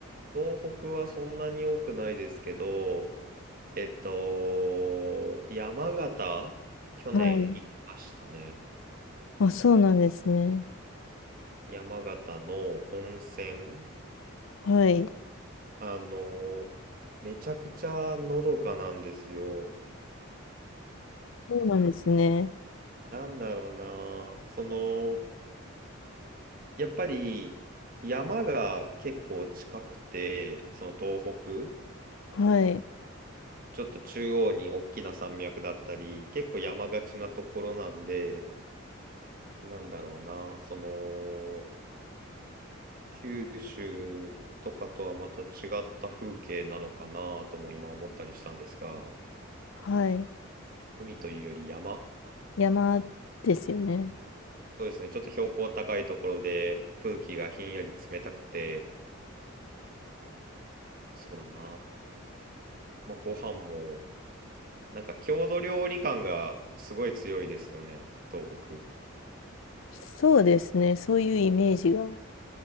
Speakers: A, on the right (about 45°); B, on the left (about 70°).
A: 東北はそんなに多くないですけど、えっと、山形、去年行きましたね。
B: はい。あ、そうなんですね。
A: 山形の温泉、
B: はい。
A: あの、めちゃくちゃのどかなんですよ。
B: そうなんですね。
A: なんだろうな、その、やっぱり山が結構近くて、その東北、
B: はい。
A: ちょっと中央に大きな山脈だったり、結構山がちなところなんで、なんだろうな、その、九州とかとはまた違った風景なのかなとも今思ったりしたんですが、
B: はい。
A: 海というより山
B: 山ですよね。
A: そうですね、ちょっと標高高いところで空気がひんやり冷たくて、そうだな。まあ、ご飯も、なんか郷土料理感がすごい強いですよね、東北。
B: そうですね。そういうイメージが。